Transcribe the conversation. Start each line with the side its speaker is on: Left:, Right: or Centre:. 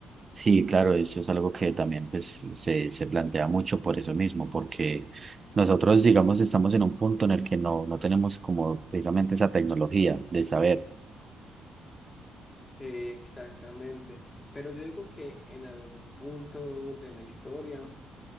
Right: Sí, claro, eso es algo que también pues, se, se plantea mucho por eso mismo, porque nosotros, digamos, estamos en un punto en el que no, no tenemos como precisamente esa tecnología de saber.
Left: Eh, exactamente. Pero yo digo que en algún punto de la historia